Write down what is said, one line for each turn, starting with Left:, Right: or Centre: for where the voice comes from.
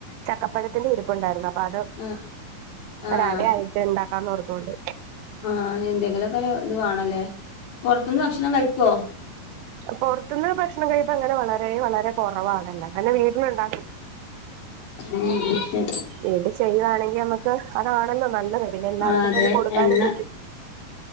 Right: ചക്കപ്പഴത്തിന്റെ ഇരിപ്പുണ്ടാരുന്നു അപ്പൊ അത്
Left: ആഹ്
Right: ഒരടയായിട്ട്
Left: ആഹ്
Right: ഇണ്ടാക്കാന്നോർത്തോണ്ട്
Left: ആഹ് എന്തെങ്കിലുഒക്കെ ഒരു ഇത് വേണല്ലേ പൊറത്ത്ന്ന് ഭക്ഷണം കഴിക്കുവോ
Right: പൊറത്ത്ന്ന് ഭക്ഷണം കഴിപ്പ് അങ്ങനെ വളരെ വളരെ കൊറവാണല്ലേതന്നെ വീട്ടിലുണ്ടാക്കും
Left: ഉം ഓക്കെ
Right: വീട്ടി ചെയ്യുവാണെങ്കി നമുക്ക് അതാണല്ലോ നല്ലത് പിന്നെ എല്ലാർക്കും
Left: ആഹ് അതെ
Right: തന്നെ കൊടുക്കാനും
Left: എണ്ണ
Right: പറ്റും